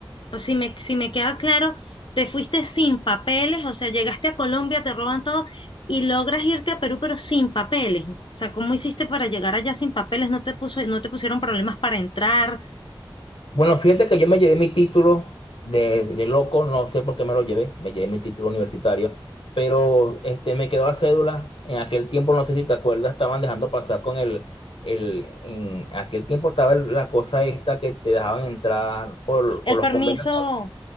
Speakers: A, on the left (about 70°); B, on the left (about 85°).
A: pues, si me, si me queda claro, te fuiste sin papeles, o sea, llegaste a Colombia, te roban todo y logras irte a Perú, pero sin papeles. O sea, ¿cómo hiciste para llegar allá sin papeles? ¿No te puso, no te pusieron problemas para entrar?
B: Bueno, fíjate que yo me llevé mi título de, de loco, no sé por qué me lo llevé, me llevé mi título universitario, pero este, me quedó la cédula. En aquel tiempo, no sé si te acuerdas, estaban dejando pasar con el, el en aquel tiempo estaba el- la cosa esta que te dejaban entrar por,
A: El
B: por los
A: permiso,
B: convenios,